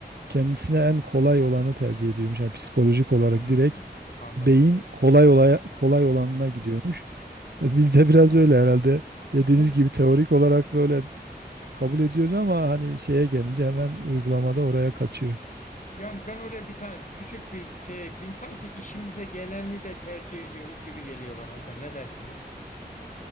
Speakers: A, on the right; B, on the left.
A: kendisine en kolay olanı tercih ediyormuş. Yani psikolojik olarak
B: Hmm,
A: direkt
B: anladım.
A: beyin kolay olaya, kolay olanına
B: Hmm.
A: gidiyormuş. Bizde biraz öyle herhalde. Dediğiniz
B: Hocam,
A: gibi teorik olarak böyle kabul ediyoruz ama hani şeye gelince hemen uygulamada oraya kaçıyor.
B: Yani ben oraya bir tane küçük bir şey ekleyeyim. Sanki işimize geleni de tercih ediyoruz gibi geliyor bana hocam. Ne dersiniz?